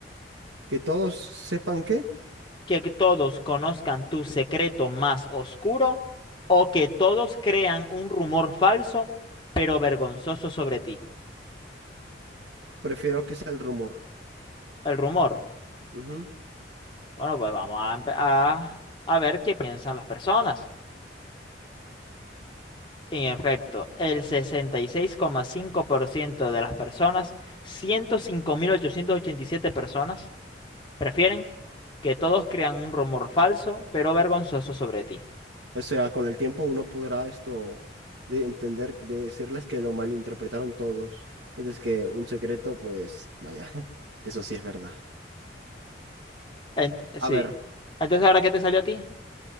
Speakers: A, on the right (about 80°); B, on the left (about 25°).
A: Que todos sepan qué,
B: ¿Que todos conozcan tu secreto más oscuro o que todos crean un rumor falso pero vergonzoso sobre ti?
A: prefiero que sea el rumor.
B: El rumor.
A: Ujú.
B: Bueno, pues vamos a, empe- a a ver qué piensan las personas. En efecto, el sesenta y seis coma cinco por ciento de las personas, 105.887 personas, prefieren que todos crean un rumor falso, pero vergonzoso sobre ti.
A: O sea, con el tiempo uno podrá esto de entender, de decirles que lo malinterpretaron todos. Mientras que un secreto, pues, vaya, <laughs> eso sí es verdad.
B: Ent- sí.
A: A ver,
B: Entonces, ¿ahora qué te salió a ti?